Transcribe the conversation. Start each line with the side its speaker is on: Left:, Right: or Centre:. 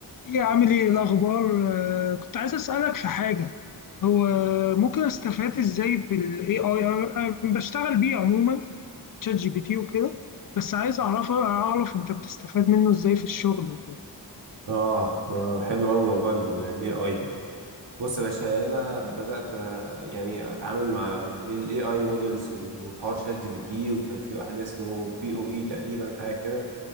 Left: ايه عامل ايه إيه الاخبار آه، كنت عايز اسالك في حاجه هو ممكن استفاد ازاي بالاي اي انا أنا بشتغل بيه عموما تشات جي بي تي وكده بس عايز اعرف اعرف انت بتستفاد منه ازاي في الشغل وكده
Right: آه آه، حلو أوي موضوع ال ال AI ده بص يا باشا أنا بدأت آه، يعني أتعامل مع ال AI models وحوار شات جي بي تي وكان في واحد اسمه بي أو إي تقريبا حاجة كده